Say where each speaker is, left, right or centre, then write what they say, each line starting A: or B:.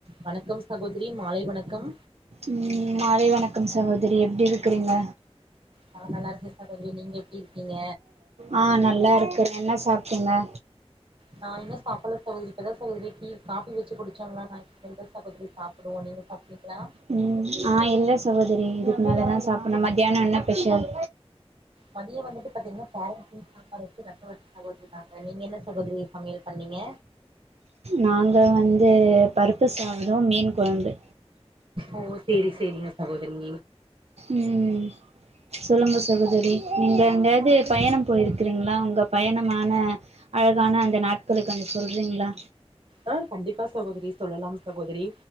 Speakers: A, on the right; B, on the right.
A: வணக்கம் சகோதரி மாலை வணக்கம்.
B: ம் மாலை வணக்கம் சகோதரி எப்டி இருக்றீங்க?
A: நா நல்லாருக்கே சகோதரி நீங்க எப்டி இருக்கீங்க?
B: ஆ நல்லாருக்குற. என்ன சாப்டிங்க?
A: நா இன்னு சாப்பல்ல சகோதரி இப்பதா சகோதரி டீ காஃபி வெச்சு குடிச்சங்ளா நா <inaudible> சகோதரி சாப்புடுவோ நீங் சாப் டிங்ளா?
B: ம் ஆ இல்ல சகோதரி இதுக்கு மேலதா சாப்பன்னு மத்தியானோ என்ன பெஷல்?
A: மதியோ வந்துட்டு பாத்திங்ன்னா கேரட் பீன்ஸ் சாம்பார் வெச்சி ரசோ <inaudible> சகோதரி நாங்க. நீங்க என்ன சகோதரி சமையல் பண்ணீங்க?
B: நாங்க வந்து பருப்பு சாதோ மீன் கொழம்பு.
A: ஓ சேரி சேரிங்க சகோதரி.
B: ம் ம் சொல்லுங்க சகோதரி. நீங்க எங்காவ்து பயணம் போயிருக்கிறீங்களா உங்க பயணமான அழகான அந்த நாட்கள கொஞ்சோ சொல்றீங்ளா?
A: ஆ கண்டிப்பா சகோதரி சொல்லலாம் சகோதரி